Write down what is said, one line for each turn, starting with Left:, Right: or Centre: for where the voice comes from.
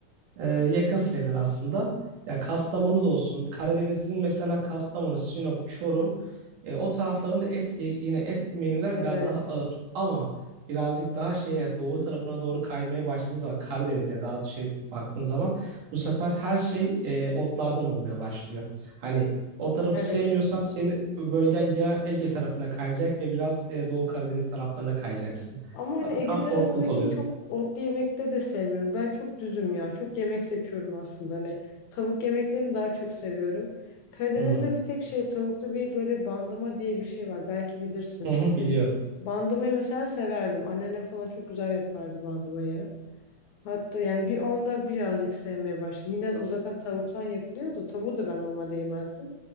Right: Ee, yakın sayılır aslında. Ya Kastamonu da olsun. Karadeniz'in mesela Kastamonu, Sinop, Çorum e, o taraflarında et ye- yine etli menüler
Left: Evet.
Right: biraz daha ağır. Ama birazcık daha şeye doğu tarafına doğru kaymaya başladığınız zaman Karadeniz'e daha şey baktığın zaman bu sefer her şey e, otlardan olmaya başlıyor. Hani o tarafı
Left: Evet.
Right: sevmiyorsan senin bölgen ya Ege tarafına kayacak ya biraz e, Doğu Karadeniz taraflarına kayacaksın.
Left: Ama hani
Right: Ta-
Left: Ege
Right: tam
Left: tarafındaki
Right: otluk oluyor.
Left: çok otlu yemekte de sevmiyorum. Ben çok düzüm ya. Çok yemek seçiyorum aslında. Hani tavuk yemeklerini daha çok seviyorum. Karadeniz'de
Right: Hı.
Left: bir tek şey tavuklu bir böyle bandıma diye bir şey var. Belki bilirsin.
Right: Hı hı, biliyorum.
Left: Bandımayı mesela severdim. Anneannem falan çok güzel yapardı bandımayı. Hatta yani bir onda birazcık sevmeye başladım. Yine de o zaten tavuktan yapılıyor da tavuğu da ben normalde yemezdim.